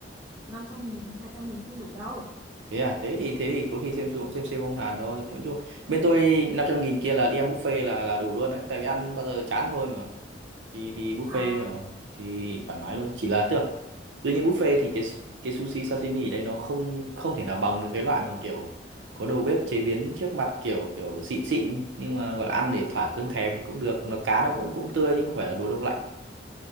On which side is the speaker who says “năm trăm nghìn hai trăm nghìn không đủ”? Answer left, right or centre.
Centre